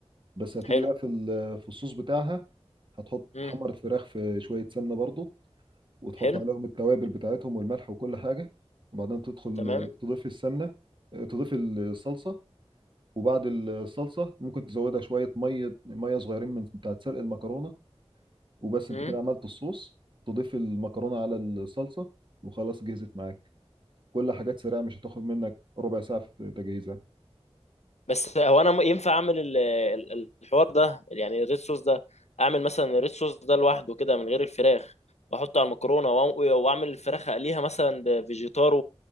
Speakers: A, on the right; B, on the left.
A: بس هتيجي
B: حلو
A: بقى في ال... في الصوص بتاعها هتحط
B: امم
A: تحمر الفراخ في شويه سمنه برضه وتحط
B: حلو
A: عليهم التوابل بتاعتهم والملح وكل حاجه وبعدين تدخل
B: تمام
A: تضيف السمنه تضيف الصلصه وبعد الصلصه ممكن تزودها شويه ميه ميه صغيرين من بتاعه سلق المكرونه وبس انت
B: امم
A: كده عملت الصوص تضيف المكرونه على الصلصه وخلاص جهزت معاك كل حاجات سريعه مش هتاخد منك ربع ساعه في تجهيزها
B: بس هو انا م- ينفع اعمل ال- ال- الحوار ده يعني الريد صوص ده اعمل مثلا الريد صوص ده لوحده كده من غير الفراخ واحطه على المكرونة وأ- واعمل الفراخ اقليها مثلا بفيجيتار